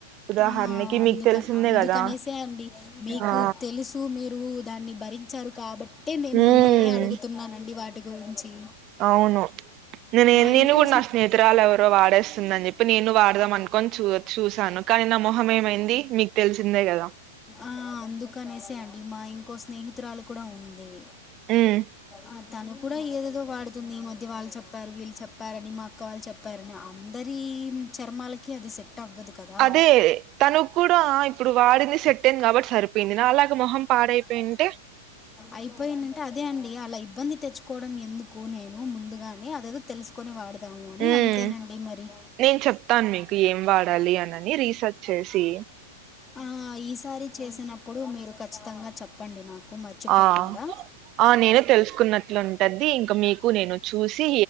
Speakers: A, on the right (about 40°); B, on the left (about 15°).
A: ఉదాహరణకి
B: ఆ అందుకని
A: మీకు తెలిసిందే
B: అందుకనేసే
A: కదా!
B: అండి మీకు
A: ఆ!
B: తెలుసు మీరు దాన్ని భరి చ్చరు కాబట్టే నేను
A: హ్మ్.
B: మిమ్మల్ని అడుగుతున్నానండి వాటి గురించి
A: అవును, నేనే
B: మా
A: నేను
B: ఇంకో
A: కూడా నా స్నేహితురాలు ఎవరో వాడేస్తుందని చెప్ ప్పి నేను వాడదాం అనుకోని చూ చూసాను కానీ నా మొహం ఏమైంది మీకు తెలిసిందే కదా.
B: ఆ అందుకనేసే అండి మా ఇంకో స్నేహితురాలు కూడా ఉంది.
A: హ్మ్.
B: ఆ తను కూడా ఏదేదో వాడు తుంది ఈ మధ్య వాళ్ళు చెప్పారు, వీళ్ళు చెప్పారని, మా అక్క వాళ్ళు చెప్పారని అందరి చర్మాలకి అది సెట్ అవ్వదు. కదా
A: అదేే, తను కూడా ఇప్పుడు వాడింది సెట్ అయింది కాబట్టి సరిపోయింది నాలాగ మొహం పాడైపోయింటే
B: అయిపోయినంటే అదే అండి అలా ఇబ్బంది తెచ్చుకోవడం ఎందుకు నేను ముందుగానే అదేదో తెలుసు కుని వాడదాము అని
A: ఉమ్
B: అంతేనండి మరి
A: నేను చెప్తాను మీకు ఏం వాడాలి అనని రీసెర్చ్ చేసి
B: ఆ ఈసారి చేసినప్పుడు మీరు ఖచ్చితంగా చెప్ పండి నాకు మర్చిపోకుండా
A: ఆ ఆ నేను తెలుసుకున్నట్లుంటది ఇంక మీకు నేను చూసి